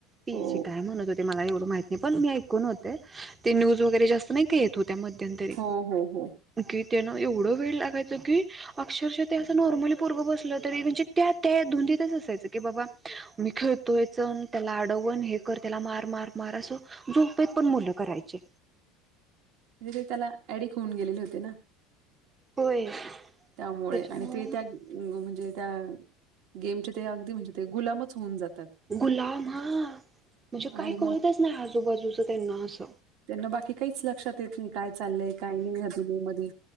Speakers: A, on the right; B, on the right.
A: पीजी
B: हो
A: काय म्हणत होते मला काय एवढ माहिती पण ते ऐकून होते न्यूज वगैरे जास्त नाय का येत होते, त्या मध्यंतरी
B: हो हो हो
A: कि त्यान एवढ वेड लागायच की अक्षेषा ते अस नॉर्मली पोरग बसल तरी म्हणजे त्या त्या धुंदीतच असायच की बाब मी खेळ तोचण त्याला अडवण हे कर त्याला मार मार मार अस झोपेत पण मुलं करायची.
B: म्हणजे ते त्याला ऍडिक होऊन गेलेले होते ना?
A: होय
B: त्यामुळे
A: त्याच्यामुळे
B: आणि ते त्या त्या गेमच्या अगदी म्हणजे गुलामच होऊन जात
A: गुलाम हा म्हणजे काय
B: आणि मग
A: कळतच नाय आजूबाजूच त्याना अस
B: त्यांना बाकी काहीच लक्षात येत नाही काय चाललंय काय नाही या दुनियेमध्ये,